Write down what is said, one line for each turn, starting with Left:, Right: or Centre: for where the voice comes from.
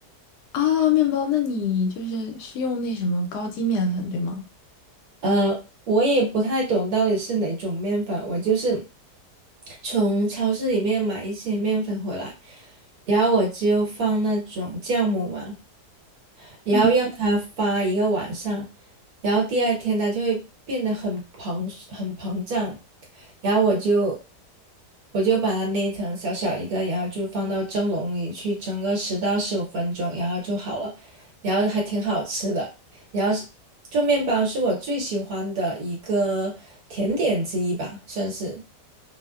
Left: 啊，面包，那你就是是用那什么高筋面粉，对吗？
Right: 呃，我也不太懂到底是哪种面粉，我就是从超市里面买一些面粉回来，然后我就放那种酵母嘛，然后让它发一个晚上，
Left: 嗯，
Right: 然后第二天它就会变得很膨很膨胀，然后我就我就把它捏成小小一个，然后就放到蒸笼里去蒸个十到十五分钟，然后就好了，然后还挺好吃的。然后是做面包是我最喜欢的一个甜点之一吧，算是。